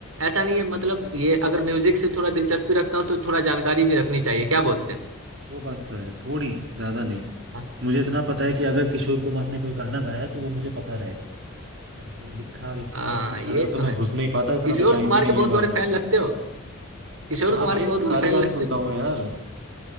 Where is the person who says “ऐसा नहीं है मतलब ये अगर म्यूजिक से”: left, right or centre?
Right